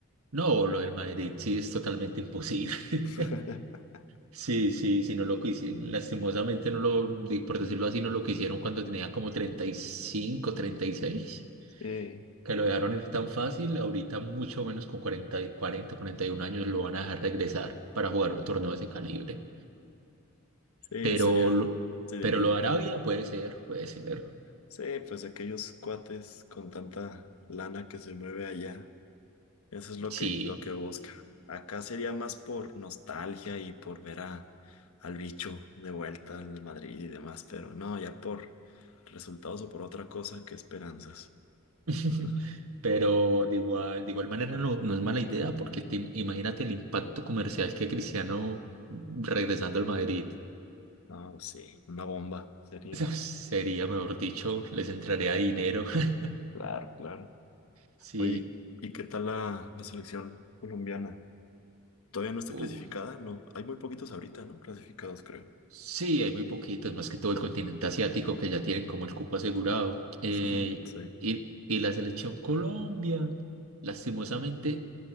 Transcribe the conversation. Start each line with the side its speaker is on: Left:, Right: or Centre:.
Right: no, lo del Madrid sí es totalmente imposible. <laughs>
Left: <laughs>
Right: Sí, sí, sí, no lo quisieron. Lastimosamente, no lo, di- por decirlo así, no lo quisieron cuando tenía como treinta treinta y cinco treinta y seis
Left: Sí,
Right: que lo dejaron ir tan fácil, ahorita mucho menos con 40, y 40, 41 años lo van a dejar regresar para jugar un torneo de ese calibre.
Left: sí,
Right: Pero,
Left: sería.
Right: lo-
Left: Sí, dime,
Right: pero
Left: dime,
Right: lo de
Left: perdón.
Right: Arabia puede ser, puede ser.
Left: Sí, pues aquellos cuates con tanta lana que se mueve allá. Eso es lo
Right: Sí.
Left: que, lo que busca. Acá sería más por nostalgia y por ver a, al bicho de vuelta al Madrid y demás, pero no, ya por resultados o por otra cosa que esperanzas.
Right: <laughs>
Left: <laughs>
Right: Pero de igual, de igual manera no, no es mala idea porque te- imagínate el impacto comercial que Cristiano regresando al Madrid.
Left: No, sí, una bomba sería.
Right: <laughs> Sería, mejor dicho, les entraría dinero. <laughs>
Left: Claro, claro.
Right: Sí,
Left: Oye, ¿y qué tal la, la selección colombiana? ¿Todavía no está
Right: u-
Left: clasificada? No, hay muy poquitos ahorita, ¿no? Clasificados, creo.
Right: Sí, hay muy poquitos, más que todo el continente asiático que ya tienen como el cupo asegurado. Eh,
Left: <laughs> Sí,
Right: y, y la selección Colombia, lastimosamente,